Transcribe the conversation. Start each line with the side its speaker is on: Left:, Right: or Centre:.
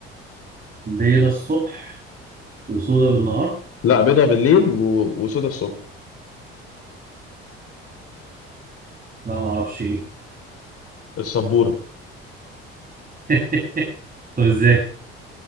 Right: بيضة الصبح وسودة بالنهار
Left: لا بيضة بالليل و... وسودة الصبح
Right: لا ما اعرفش ايه
Left: السبورة
Right: <laughs> طب ازاي